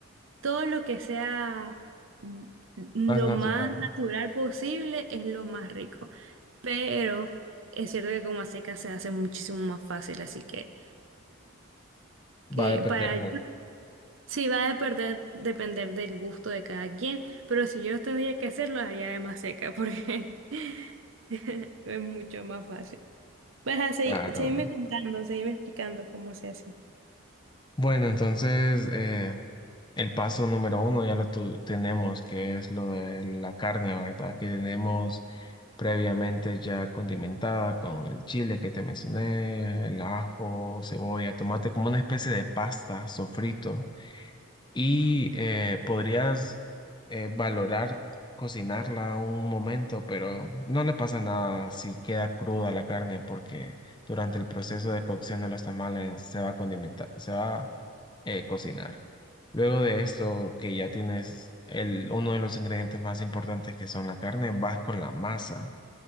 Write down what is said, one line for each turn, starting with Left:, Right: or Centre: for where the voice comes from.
Right: Todo lo que sea mm, lo
Left: Más natural,
Right: más natural posible es lo más rico. Pero es cierto que con maseca se hace muchísimo más fácil, así que,
Left: va
Right: que
Left: a depender
Right: para...
Left: mucho,
Right: Sí, va a depender, depender del gusto de cada quien, pero si yo tendría que hacerlo, haría de más seca porque <laughs> es mucho más fácil. Pues así,
Left: claro.
Right: seguirme contando, seguirme explicando cómo se hace.
Left: Bueno, entonces, eh, El paso número uno ya lo tu- tenemos, que es lo de la carne, ¿verdad? Que tenemos previamente ya condimentada con el chile que te mencioné, el ajo, cebolla, tomate, como una especie de pasta, sofrito. Y eh, podrías eh, valorar cocinarla un momento, pero no le pasa nada si queda cruda la carne, porque durante el proceso de cocción de los tamales se va a condimentar, se va eh, cocinar. Luego de esto, que ya tienes el, uno de los ingredientes más importantes que son la carne, vas con la masa.